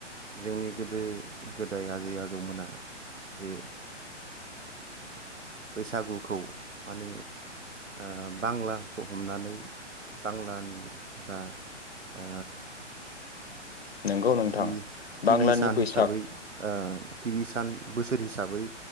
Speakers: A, on the right; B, on the left.
A: जोंनि गोदो गोदाय आजै आजौमोना जे ओ बैसागुखौ माने ओ बांलाखौ हमनानै बांलानि बा ओ
B: नोंगौ
A: <inaudible>
B: नोंथां
A: गिबि गिबि
B: बांलानि
A: सान
B: बैसाग
A: हिसाबै ओ गिबि सान बोसोर हिसाबै